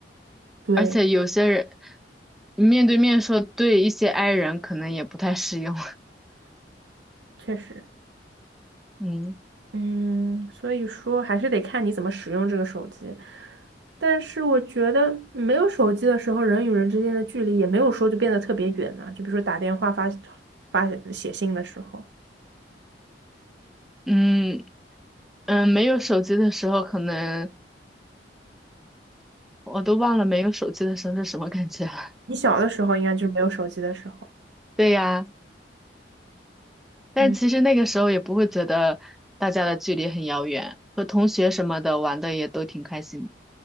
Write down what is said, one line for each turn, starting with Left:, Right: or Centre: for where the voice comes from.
Right: 对，
Centre: 而且有些人你面对面说，对一些 i 人可能也不太适用。
Right: 确实，
Centre: <laughs> 嗯
Right: 嗯，所以说还是得看你怎么使用这个手机。但是我觉得没有手机的时候，人与人之间的距离也没有说就变得特别远呢。就比如说打电话发、发写信的时候，
Centre: 嗯嗯，没有手机的时候，可能我都忘了没有手机的时候是什么感觉了。<laughs>
Right: 你小的时候应该就是没有手机的时候，
Centre: 对呀，但其实那个时候也不会觉得大家的距离很遥远，
Right: 嗯。
Centre: 和同学什么的玩的也都挺开心的